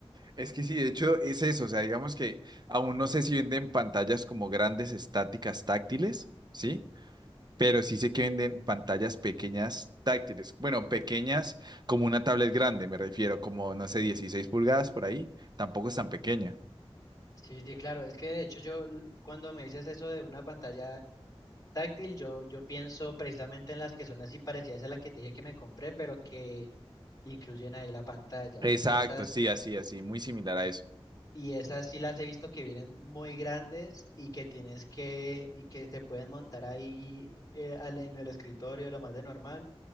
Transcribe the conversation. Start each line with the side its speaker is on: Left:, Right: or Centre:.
Right: Es que sí, de hecho es eso, o sea, digamos que aún no sé si venden pantallas como grandes estáticas táctiles, ¿sí? pero sí sé que venden pantallas pequeñas táctiles. Bueno, pequeñas como una tablet grande, me refiero, como, no sé, 16 pulgadas por ahí. Tampoco es tan pequeña.
Left: Sí, sí, claro. Es que de hecho yo l- cuando me dices eso de una pantalla táctil, yo, yo pienso precisamente en las que son así parecidas a la que te dije que me compré, pero que incluyen ahí la pantalla.
Right: Exacto,
Left: Y estas
Right: sí, así, así, muy similar a eso.
Left: Y esas sí las he visto que vienen muy grandes y que tienes que, y que se pueden montar ahí eh, al- en el escritorio, lo más de normal,